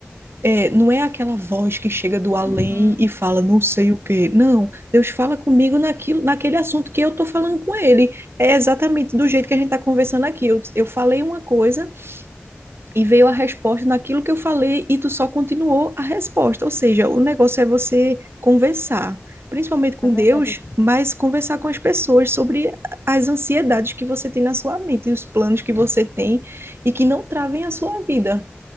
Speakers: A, on the right; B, on the left.
A: É, não é aquela voz que chega do além
B: Uhum,
A: e fala não sei o quê. Não, Deus fala comigo naquilo, naquele assunto que eu tô falando com ele. É exatamente do jeito que a gente tá conversando aqui. Eu, eu falei uma coisa e veio a resposta naquilo que eu falei e tu só continuou a resposta. Ou seja, o negócio é você conversar, principalmente com
B: é verdade.
A: Deus, mas conversar com as pessoas sobre as ansiedades que você tem na sua mente, e os planos que você tem e que não travem a sua vida.